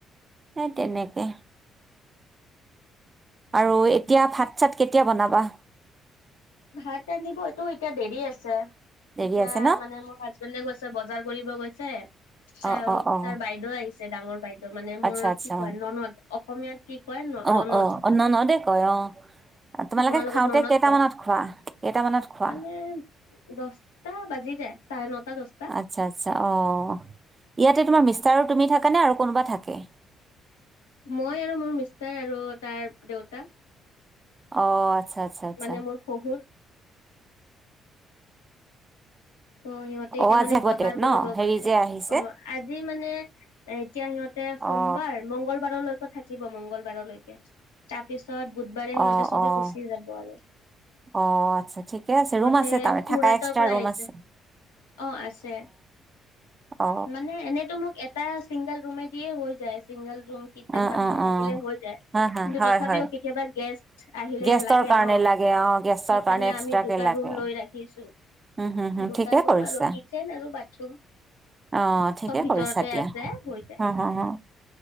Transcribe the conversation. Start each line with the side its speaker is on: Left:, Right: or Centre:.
Right: সেই তেনেকে। আৰু এতিয়া ভাত চাত কেতিয়া বনাবা?
Left: ভাত ৰান্ধিব এইটো এতিয়া দেৰি আছে।
Right: দেৰি
Left: এতিয়া
Right: আছে ন
Left: মানে মোৰ হাজবেণ্ডে গৈছে, বজাৰ কৰিব গৈছে। তা-
Right: অ অ অ
Left: তাৰ বাইদেউ আহিছে, ডাঙৰ বাই বা মানে
Right: আচ্ছা
Left: মোৰ
Right: আচ্ছা
Left: কি কয়, ননদ। অসমীয়াত কি কয়? ন-
Right: অ
Left: ননদ।
Right: অ অ ন ন দে কয় অ তোমালোকে
Left: আপোনাৰ
Right: খাওঁতে
Left: লগত ননদ
Right: কেইটামানত
Left: কয়।
Right: খোৱা কেইটামানত খোৱা
Left: মানে দশটা বাজি যায়, চাৰে নটা-দশটা।
Right: আচ্ছা আচ্ছা অ' ইয়াতে তোমাৰ মিষ্টাৰ আৰু তুমি থাকা নে আৰু কোনোবা থাকে?
Left: মই আৰু মোৰ মিষ্টাৰ আৰু তাৰ দেউতা।
Right: অ'। আচ্ছা আচ্ছা আচ্ছা
Left: মানে মোৰ শহুৰ। তো সিহঁতে এতিয়া
Right: অ আজি
Left: মানে
Right: আগতে
Left: বজাৰ কৰিব
Right: ন হেৰি
Left: গৈছে।
Right: যে আহিছে
Left: অ' আজি মানে এতিয়া সিহঁতে সোমবাৰ
Right: অ
Left: মংগলবাৰলৈকে থাকিব, মংগলবাৰলৈকে। তাৰপিছত ছত বুধবাৰে সিহঁতে
Right: অ
Left: চবে
Right: অ
Left: গুচি যাব আৰু।
Right: অ আচ্ছা ঠিকে আছে
Left: সিহঁতে
Right: ৰুম আছে তাৰ
Left: চুৰাটৰ
Right: থাকা এক্সট্ৰা
Left: পৰা
Right: ৰুম
Left: আহিছে।
Right: আছে
Left: অ' আছে।
Right: অ
Left: মানে এনেতো মোক এটা এ ছিংগল ৰুমে দিয়ে হৈ যায়। ছিংগল ৰুম, কিচেন,
Right: অ
Left: বাথৰুম
Right: অ
Left: থাকিলে
Right: অ
Left: হৈ যায়।
Right: হা হা
Left: কিন্তু
Right: হয়
Left: তথাপিও
Right: হয়
Left: কেতিয়াবা গেছ আহিলে
Right: গেষ্টৰ
Left: লাগে
Right: কাৰণে
Left: ন'?
Right: লাগে অ গেষ্টৰ
Left: সেইকাৰণে
Right: কাৰণে এক্সট্ৰাকে
Left: আমি দুটা
Right: লাগে
Left: ৰুম লৈ ৰাখিছোঁ।
Right: উম হুম হুম
Left: দুটা
Right: ঠিকে
Left: ৰুম
Right: কৰিছা
Left: আৰু কিচেন আৰু বাথৰুম
Right: অ' ঠিকে
Left: চব ভিতৰতে
Right: কৰিছা দিয়া।
Left: আছে হৈ যায়
Right: হা - হা - হা।